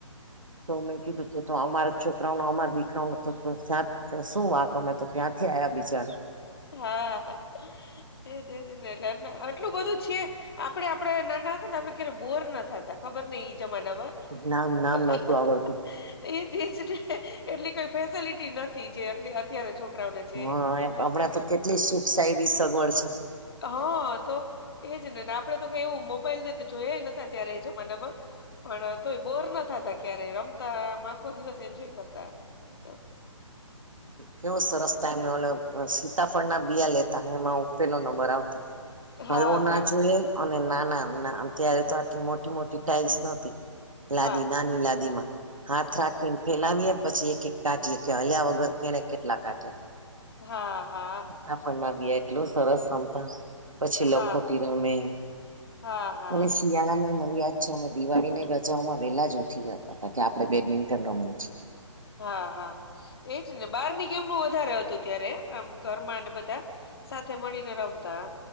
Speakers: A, on the right; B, on the left.
A: તો મેં કીધું તો તો અમારા છોકરાઓને અમારા દીકરાઓને તો સા ત્યા શું વાક અમે તો ત્યાંથી આ્યા બિચારા
B: હા એજજ ને આટલું બધું છે આપણે આપડણે ના ના હતા તો આપડે ક્યારે બોર નાતા ખબર નહ <unintelligible>
A: નામ નામ નતું આવડતું
B: એ જજ એટલી કોઈ ફેસેલિટી નથી જે એટ અત્યારે છોકરાઓને છે
A: હા હમણાં તો કેટલી શિક્ષા એવી સગવડ છે.
B: હા તો એજ ને આપડે તો ક એવું મોબાઈલ ને તો જોય ન ત્યારે એ જમાનામાં પણ તોય બોર નાતા ત ક્યારે રમતા આખો દિવસ એન્જોય કરતા તો
A: કેવું સરસ ટાઈમ ઓલ સીતાફળ ના બીયા લેતા એમાં પેલો નંબર આવતી
B: હા
A: હલવો ના
B: હા
A: જોઈએ અને નાના અત્યારે તો આટલી મોટી મોટી ટાાઈલ્સ નહોતી લાદી
B: હા
A: નાની લાદી માં હાથ
B: હા
A: રાખીને ફેલાવીએ પછી એક એક કાઢીએ કે હલ્યા વગર તેને કેટલા કાઢ્યા
B: હા, હા.
A: <unintelligible> બી એટલું સરસ રમતા. પછી લખોટી
B: હા
A: રમે,
B: હા હા
A: અને સ શિયાળા માંય મને યાદ છે અમે દિવાળીની રજાઓમાં વેલા જ ઉઠી જતા તા, કે આપણે બેડમિન્ટન રમવું છ.
B: હા, હા એજ ને, બહારની ગેમનું વધારે હતું ત્યારે આમ ઘરમાં ને બધા સાથે મળીને રમતા.